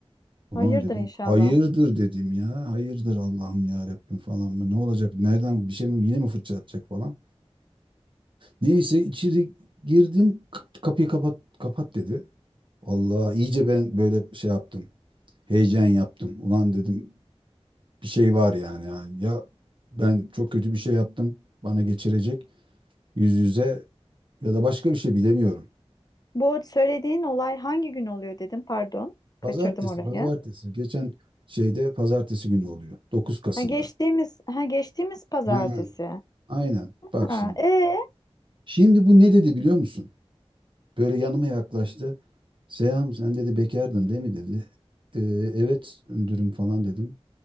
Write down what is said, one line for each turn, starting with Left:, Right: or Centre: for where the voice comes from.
Right: Ulan
Left: Hayırdır
Right: dedim
Left: inşallah.
Right: hayırdır dedim ya. Hayırdır Allah'ım ya Rabbim falan mı? Ne olacak? Nereden bir şey mi yine mi fırça atacak falan. Neyse içeri girdim k- kapıyı kapat kapat dedi. Allah iyice ben böyle şey yaptım. heyecan yaptım. Ulan dedim bir şey var yani. Ya Ya ben çok kötü bir şey yaptım. Bana geçirecek yüz yüze ya da başka bir şey bilemiyorum.
Left: Bu söylediğin olay hangi gün oluyor dedim. Pardon.
Right: Pazartesi,
Left: Kaçırdım orayı.
Right: pazartesi. Geçen şeyde pazartesi günü oluyor. 9 Kasım'da.
Left: Ha geçtiğimiz ha geçtiğimiz pazartesi.
Right: Ha, aynen. Bak
Left: Ha,
Right: şimdi.
Left: e
Right: Şimdi bu ne dedi biliyor musun? Böyle yanıma yaklaştı. Seyhan sen dedi bekardın değil mi dedi. "Ee, evet müdürüm falan dedim.